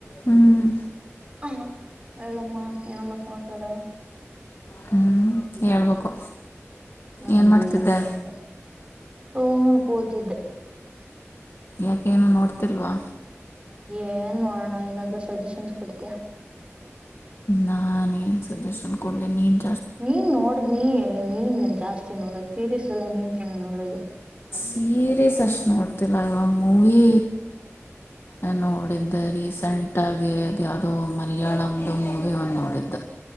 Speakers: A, on the left; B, on the right.
A: ಹ್ಮ್
B: ಹ ಹೇಳಮ್ಮ ಏನಮ್ಮ ಸಮಾಚಾರ.
A: ಹೂ ಹೇಳ್ಬೇಕು.
B: ನಂದೇನೂ
A: ಏನ್ ಮಾಡ್ತಿದ್ದೆ
B: ಇಲ್ಲ <unintelligible> ಕೂತಿದ್ದೆ.
A: ಯಾಕೆ ಏನು ನೋಡ್ತಿಲ್ವಾ.
B: ಏನ್ ನೋಡೋಣ ಏನಾದರೂ ಸಜೆಷನ್ಸ್ ಕೊಡ್ತೀಯಾ.
A: ನಾನ ಏನ್ ಸಜೆಶನ್ ಕೊಡ್ಲಿ ನಿನ್.
B: ನೀನ್ ನೋಡ್ದ ನೀ ನೀನು ಜಾಸ್. ಚ್ಚೇ ನೋಡದು ಸೀರೀಸ್ ಎಲ್ಲ ನೀವ್ಕೆನ ನೋಡೋದು.
A: ಸೀರೀಸ್ ಅಷ್ಟ ನೋಡ್ತಿಲ್ಲ ಇವಾಗ ಮೂವಿ ಎ ನೋಡಿದ್ದ ರೀಸೆಂಟ್ ಆಗಿ ಅದು ಯಾದೋ ಮಲಯಾಳ್ದು ಮೂವಿ ಒಂದ ನೋಡಿದ್ದ.